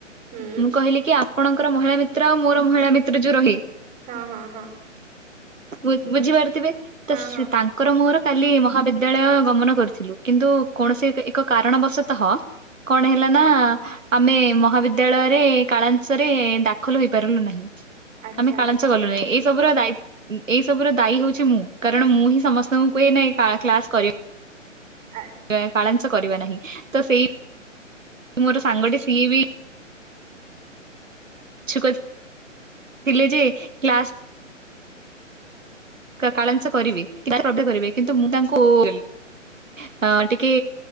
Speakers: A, on the right; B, on the right.
A: ହୁଁ
B: ମୁଁ କହିଲି କି ଆପଣଙ୍କର ମହିଳା ମିତ୍ର ଆଉ ମୋର ମହିଳା ମିତ୍ର ଯୋଉ ରହେ।
A: ହଁ, ହଁ, ହଁ।
B: ବ-ବୁଝିପାରୁଥିବେ
A: ହଁ
B: ତ ସେ
A: ହଁ
B: ତାଙ୍କ ଙ୍କର ମୋର କାଲି ମହାବିଦ୍ୟାଳୟ ଗମନ କରିଥିଲୁ କିନ୍ତୁ କୌଣସି ଏକ ଏକ କାରଣବଶତଃ କଣ ହେଲା ନା ଆମେ ମହାବିଦ୍ୟାଳୟରେ କାଳାଂଶରେ ଦାଖଲ ହେଇପାରିଲୁ ନାହିଁ।
A: ଆଚ୍ଛା
B: ଆମେ
A: ଆଚ୍ଛା।
B: କାଳାଂଶ ଗଲୁ ନାହିଁ ଏ ସବୁର ଦାଇ ଉଁ, ଏଇ ସବୁର ଦାୟୀ ହଉଛି ମୁଁ କାରଣ ମୁଁ ହିଁ ସମସ୍ତଙ୍କୁ କୁହେ ନାଇ କା- କ୍ଲାସ୍ କରି
A: ଆଏ
B: ଏ କାଳାଂଶ କରିବା ନାହିଁ, ତ ସେଇ ମୋର ସାଙ୍ଗଟେ ସିଏ ବି ଛୁକ
A: <inaudible>
B: ଥିଲେ ଯେ କ୍ଲାସ୍ କ କାଳାଂଶ କରିବେ <inaudible> <unintelligible> କରିବେ କିନ୍ତୁ ମୁଁ ତାଙ୍କୁ <unintelligible> ହଁ ଟିକେ